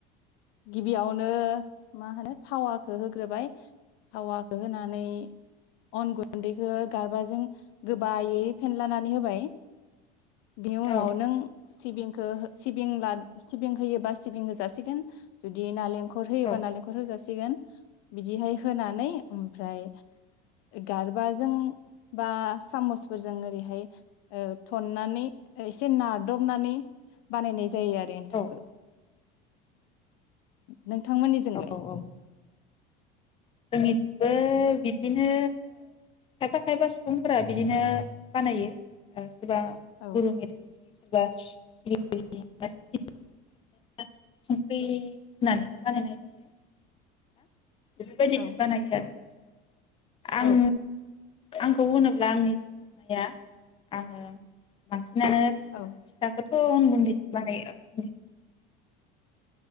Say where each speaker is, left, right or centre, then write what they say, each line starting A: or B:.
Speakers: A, on the left (about 65°); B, on the left (about 25°).
A: गिबियावनो मा होनो थावाखौ होग्रोबाय थावाखौ होनानै अन गुन्दैखौ गारबाजों गोबायै फेनलानानै होबाय बेनि उनाव
B: औ
A: नों सिबिंखौ हो सिबिं ला सिबिं होयोबा सिबिं होजासिगोन जुदि नालें खौहोयोबा
B: औ
A: नालेंखर होजासिगोन <unintelligible> बिदिहाय होनानै ओमफ्राय गारबाजों बा सामसा फोरजों नोरैहाय ओ थननानै एसे ना दबनानै बानायनाय जायो आरो एनथाबखौ।
B: औ
A: नोंथांमोननि जोंलाय?
B: औ औ जोंनिथिंबो बिदिनो खायफा खायफा सुबुंफोरा बिदिनो बानायो। सोरबा
A: औ
B: गुरु मेथाइनि सोरबा <unintelligible> संख्रि होननानैबो बानायनाय जायो <unintelligible> बेबायदिनो
A: औ
B: बानायो आरो <inaudible> आं
A: औ
B: आंखौ होनोब्ला आंनि जि संनाया आङो बांसिन बिनानै फिथाफोरखौ
A: औ
B: <unintelligible>